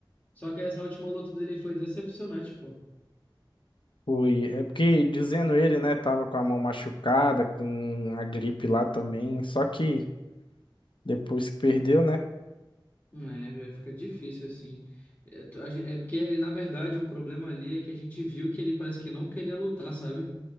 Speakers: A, on the left; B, on the left.
A: Só que essa última luta dele foi decepcionante, pô.
B: fui. É porque, dizendo ele, né, tava com a mão machucada, com a gripe lá também, só que depois que perdeu, né,
A: Hum, É, fica difícil assim. É, tu- a gen- é porque, na verdade, o problema ali é que a gente viu que ele parece que não queria lutar, sabe?